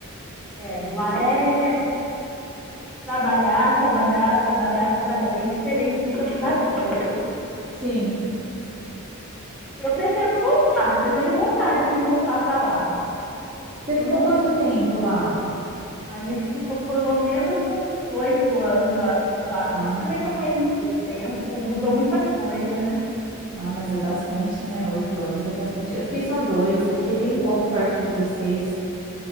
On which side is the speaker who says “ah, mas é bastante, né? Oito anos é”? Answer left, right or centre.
Right